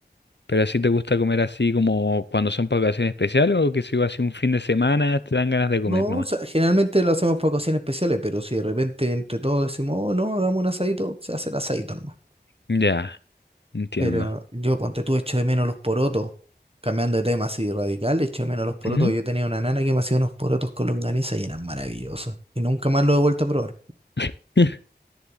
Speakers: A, on the left (about 85°); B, on the right (about 35°).
A: ¿Pero así te gusta comer así como cuando son para ocasiones especiales o que si va así un fin de semana te dan ganas de comer
B: No,
A: nomás?
B: o sea, generalmente lo hacemos para ocasiones especiales, pero si de repente entre todos decimos, oh, no, hagamos un asadito, se hace el asadito nomás.
A: Ya, entiendo.
B: Pero yo, ponte tú, echo de menos los porotos, cambiando de tema así radical, echo de menos los porotos.
A: Ujú.
B: Yo tenía una nana que me hacía unos porotos con longaniza y eran maravillosos. Y nunca más lo he vuelto a probar.
A: <laughs>